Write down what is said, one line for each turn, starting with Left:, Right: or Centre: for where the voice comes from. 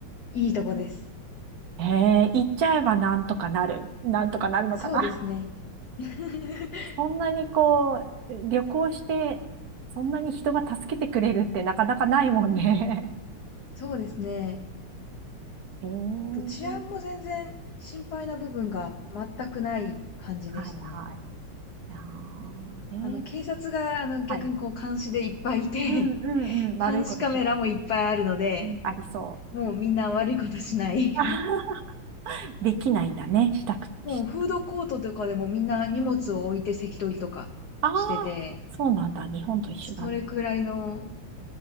Left: いいとこです。
Right: へえ、行っちゃえばなんとかなる。なんとかなるのかな。
Left: そうですね。<laughs>
Right: <laughs> そんなにこう、旅行して、そんなに人が助けてくれるってなかなかないもんね。
Left: そうですね。
Right: <laughs> へえ、うん
Left: と治安も全然心配な部分が全くない感じでしたね。
Right: はいはい。あー、へえ、
Left: あの、警察があの逆にこう監視でいっぱいいて、
Right: はい。うんう
Left: <laughs>
Right: んうん。悪いことしないよ。
Left: 監視カメラもいっぱいあるので、
Right: うんありそう。
Left: もうみんな悪いことしない
Right: はい。<laughs> できないんだね。したく、
Left: もうフードコートとかでもみんな荷物を置いて席取りとかしてて、
Right: しああ、そうなんだ。日本と一緒だね。
Left: それくらいの